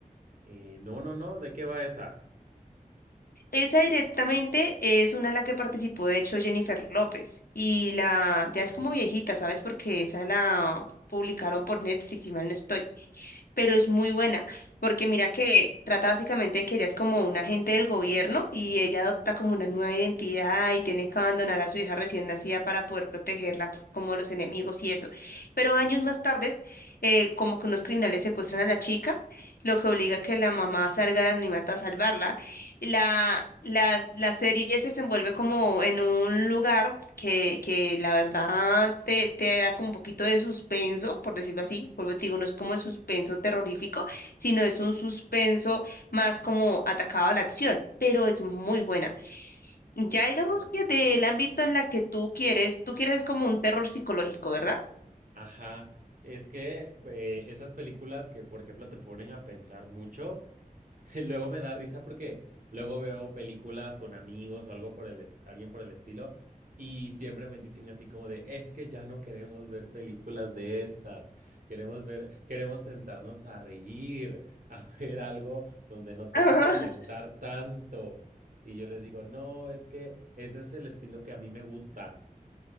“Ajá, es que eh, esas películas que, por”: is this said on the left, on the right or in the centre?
Right